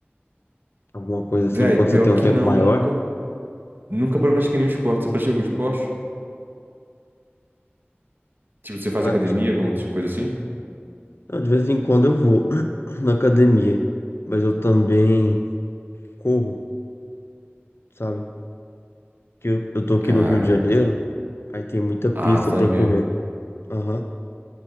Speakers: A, on the left; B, on the right.
A: Alguma coisa assim,
B: Véi,
A: quando
B: pior
A: você tem um
B: que
A: tempo
B: não,
A: maior?
B: nunca. Nunca pratiquei nenhum esporte. Você pratica algum esporte? Tipo, você faz
A: Prati-
B: academia, alguma coisa assim?
A: Eu, de vez em quando eu vou <clears throat> na academia, mas eu também corro, sabe? Porque eu, eu tô aqui
B: Caraca.
A: no Rio de Janeiro, aí tem muita pista
B: Ah, você tá
A: pra
B: no Rio.
A: correr. Aham.